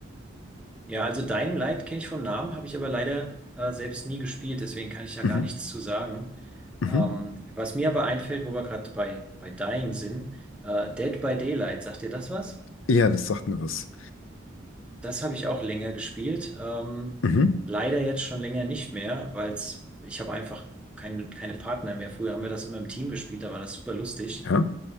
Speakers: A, in the centre; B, on the left (about 80°).
A: Ja, also Dying Light kenne ich vom Namen, habe ich aber leider äh, selbst nie gespielt, deswegen kann ich ja gar
B: Mhm.
A: nichts zu sagen.
B: Mhm.
A: Ähm, was mir aber einfällt, wo wir gerade bei, bei Dying sind, äh, Dead by Daylight, sagt ihr das was?
B: Ja, das sagt mir was.
A: Das habe ich auch länger gespielt. Ähm,
B: Mhm.
A: leider jetzt schon länger nicht mehr, weil ich habe einfach keine, keine Partner mehr. Früher haben wir das immer im Team gespielt, da war das super lustig.
B: Ja.